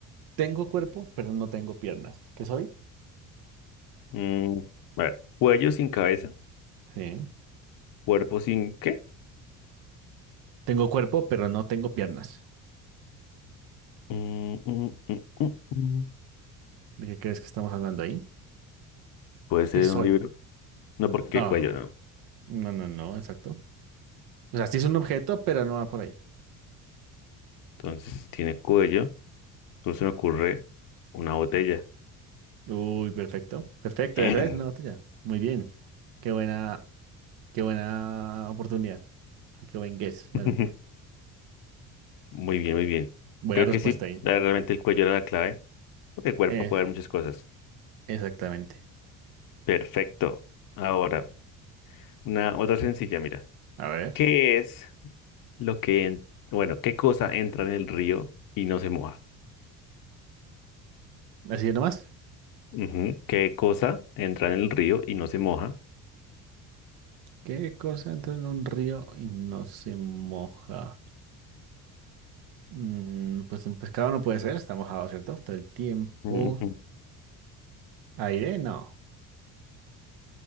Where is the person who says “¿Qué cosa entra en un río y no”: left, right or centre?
Right